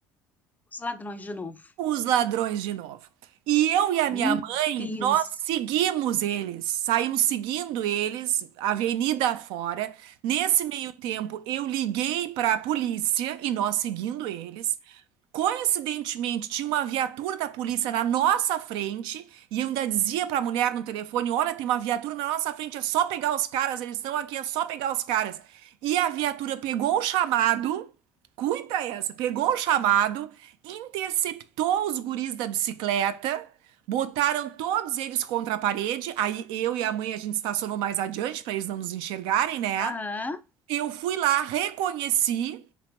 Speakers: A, on the left; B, on the right.
A: Os ladrões de novo.
B: os ladrões de novo. E eu e a
A: Meu
B: minha mãe,
A: Deus.
B: nós seguimos eles, saímos seguindo eles, avenida afora. Nesse meio tempo, eu liguei para a polícia e nós seguindo eles. Coincidentemente, tinha uma viatura da polícia na nossa frente e eu ainda dizia para a mulher no telefone: Olha, tem uma viatura na nossa frente, é só pegar os caras, eles estão aqui, é só pegar os caras. E a viatura pegou o chamado. Cuita essa. Pegou o chamado, interceptou os guris da bicicleta, botaram todos eles contra a parede. Aí eu e a mãe a gente estacionou mais adiante para eles não nos enxergarem, né?
A: Aham.
B: Eu fui lá, reconheci.